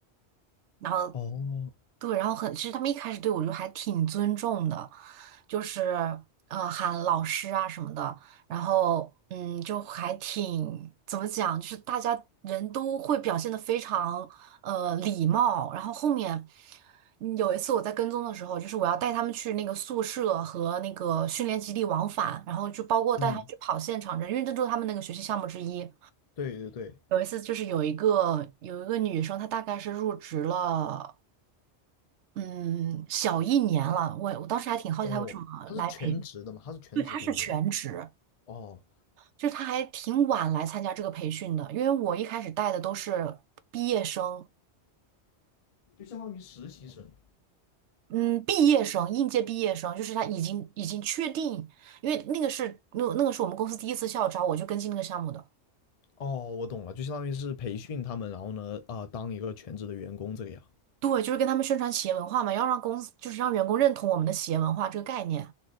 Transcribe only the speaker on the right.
然后
对，然后很，其实他们一开始对我就还挺尊重的，就是呃喊老师啊什么的，然后嗯就还挺怎么讲，就是大家人都会表现的非常呃礼貌，然后后面。嗯有一次我在跟踪的时候，就是我要带他们去那个宿舍和那个训练基地往返，然后就包括带他们去跑现场这，
因为这都是他们那个学习项目之一。
有一次就是有一个有一个女生，她大概是入职了嗯，小一年了。我我当时还挺好奇他为什么来培，
对，他是全职，
就是他还挺晚来参加这个培训的。因为我一开始带的都是毕业生，
嗯，毕业生，应届毕业生，就是他已经已经确定，因为那个是那那个是我们公司第一次校招，我就跟进那个项目的。
对，就是跟他们宣传企业文化嘛，要让公司就是让员工认同我们的企业文化这个概念。